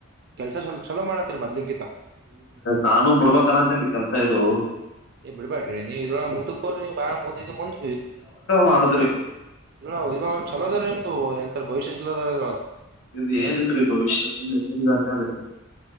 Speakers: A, on the right; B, on the left.
A: ಕೆಲ್ಸ ಸ್ವಲ್ಪ ಛಲೋ ಮಾಡತ್ತೀರಿ ಮೊದ್ಲಿನ್ಕಿಂತ.
B: ನಾನು ಬಿಡ್ಬಬೇಕು ಅನಾಕತಿನಿ ಕೆಲ್ಸ ಇದು.
A: ಏ ಬಿಡ್ಬ್ಯಾಡ್ರಿ ನೀವು ಇದ್ರಳ ಮುಂದಕ ಹೋಗ್ರಿ ನೀಬಾಳ ಮುಂದ ಮುಂದ
B: ಮಾಡದ್ರಿ.
A: ಇವ ಇ ಚಲೋದಾರ ನಿಮ್ದು ಎಂಥರ ಭವಿಷ್ಯ ಚಲೋದರಿ
B: ಇದು ಏನೀಲ್ರಿ ಭವಿಷ್ಯ ಸುಮ್ಮನೆ ಹೆಸರಿಗ ಆಟೆ ಆದ್ರೆ.